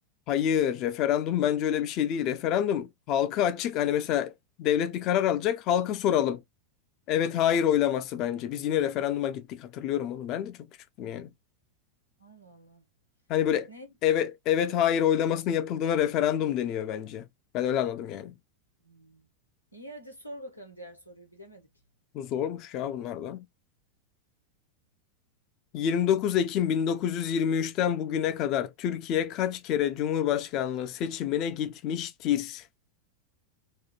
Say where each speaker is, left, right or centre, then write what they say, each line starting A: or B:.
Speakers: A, on the left (about 40°); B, on the left (about 85°).
A: Hayır, referandum bence öyle bir şey değil. Referandum halka açık. Hani mesela devlet bir karar alacak, halka soralım. Evet, hayır oylaması bence. Biz yine referanduma gittik. Hatırlıyorum onu. Ben de çok küçüktüm yani.
B: Allah Allah.
A: Hani böyle
B: Ne?
A: evet evet hayır oylamasının yapıldığına referandum deniyor bence. Ben öyle anladım yani.
B: Hmm. İyi hadi sor bakalım diğer soruyu bilemedik.
A: Bu zormuş ya bunlardan. 29 Ekim 1923'ten bugüne kadar Türkiye kaç kere Cumhurbaşkanlığı seçimine gitmiştir?